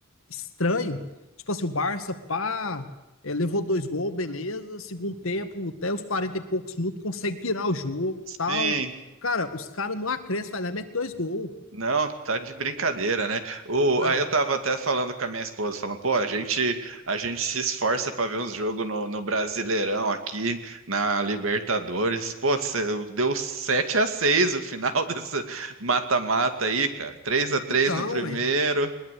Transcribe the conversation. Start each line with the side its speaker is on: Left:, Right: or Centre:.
Left: estranho. Tipo assim, o Barça, pá, é, levou dois gols, beleza. Segundo tempo, até os 40 e poucos minutos, consegue virar o jogo,
Right: Sim.
Left: tal. Cara, os caras não acrescem, vai lá, e mete dois gols.
Right: Não, tá de brincadeira, né? O,
Left: Não.
Right: aí eu tava até falando com a minha esposa, falando, pô, a gente, a gente se esforça pra ver uns jogos no, no Brasileirão aqui, na Libertadores. Pô, cê- deu 7 a 6 o final <laughs> desse mata-mata aí, cara. Três a três
Left: Então,
Right: no primeiro.
Left: é.